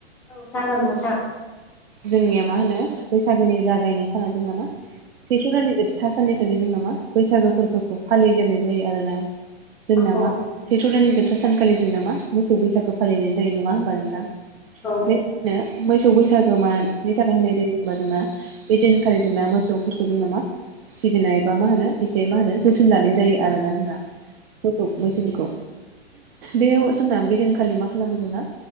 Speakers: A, in the centre; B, on the right (about 65°).
A: औ जागोन नोंथां
B: जोंनिया मा होनो बैसागोनि जागायनाय साना जोंना मा सैथ्र दाननि जोबथा साननिखालि जोंना मा बैसागो फोरबोखौ फालिजेननाय जायो आरोना जोंना
A: औ
B: मा होनो सैथ्र' दाननि जोबथा सानखालि जोंना मा मोसौ बैसागु फालिनाय जायो नङा होमबा नोंथां
A: औ
B: बेनो मोसौ बै सागोमा नि थाखाय होननाय जायो जेनेबा जोंना बे दिन खालि जोंना मोसौफोरखौ जों नामा सिबिनाय बा मा होनो एसे मा होनो जोथोन लानाय जायो आरोना जोंना मोसौ बैसागखौ बेयाव जोंना बिदनखालि मा खालामो जोंना